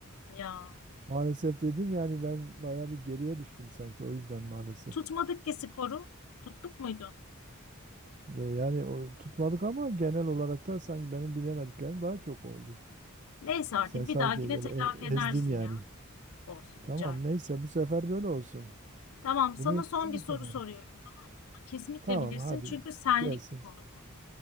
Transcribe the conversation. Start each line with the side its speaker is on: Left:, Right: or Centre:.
Left: ya.
Right: Maalesef dedin yani ben bayağı bir geriye düştüm sanki o yüzden maalesef.
Left: Tutmadık ki skoru. Tuttuk muydu?
Right: E, yani o, tutmadık ama genel olarak da sanki benim bilemediklerim daha çok oldu.
Left: Neyse artık
Right: Sen sanki
Left: bir dahakine
Right: böyle
Left: telafi
Right: e-
Left: edersin
Right: ezdin yani.
Left: ya. Olsun
Right: Tamam
Left: rica ederim.
Right: neyse bu sefer böyle olsun.
Left: Tamam, sana
Right: Bunu yaptın
Left: son bir
Right: bir
Left: soru
Right: kenara.
Left: soruyorum. Tamam mı? Kesinlikle
Right: Tamam
Left: bilirsin
Right: hadi
Left: çünkü senlik
Right: gelsin.
Left: bir konu bu.